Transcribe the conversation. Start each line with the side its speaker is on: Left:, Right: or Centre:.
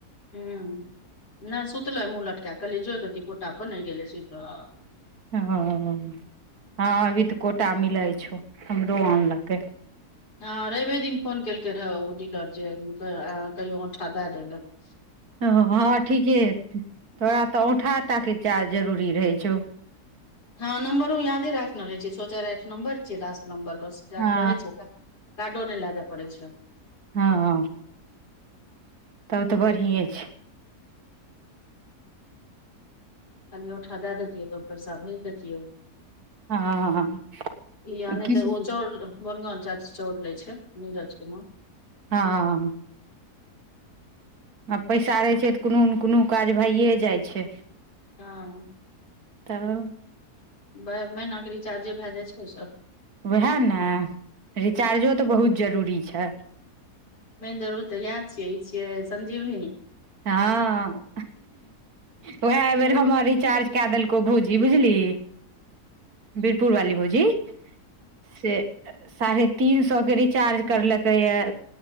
Left: ह, नहि सुतले मुँह लटका कहलियै जोइ की पोटा पर नहि गेलै सुतल।
Right: ओ, हँ, अभी तऽ कोटा मिलै छौ, हमरो आनलकै
Left: हँ, रवे दिन फोन केलकै रहऽ ओ डीलर जे कहियो औठा दए देलक
Right: ओ, हँ, ठीके तोरा तऽ औूठाटाके चार जरूरी रहै छौ।
Left: हँ, नम्बरो यादे राखने रहे छै, सँ चारि आठ नम्बर छै, लास्ट नम्बर बस कहै
Right: हँ
Left: छै, ओकरा काडो नहि लाबे पड़े छै।
Right: हँ। तब तऽ बढ़ि छै।
Left: कनि औठा दए दैतियै, तऽ ओ पैसा भेज दैतियै।
Right: हँ
Left: यानहि
Right: हँ
Left: तऽ ओ चाउर कोन गाम काकि चोउर लै छै, नजकेमे
Right: आ आ पैसा रहै छै, तऽ कोनोने कोनो काज भइए जाइ छै।
Left: हँ।
Right: तऽ।
Left: महीनाके रिचार्जे भए जाइ छै, ओसभ।
Right: ओएह ने रिचार्जो तऽ बहुत जरूरी छै।
Left: मेन जरूरी ओऽ याद छियै इ छियै संजीवनी।
Right: हँ, उएह बेर
Left: अच्छा
Right: हमर रिचार्ज कऽ देलक भौजी बुझली बीरपुर वाली भौजीसे साढ़े तीन सएके रिचार्ज करलकैए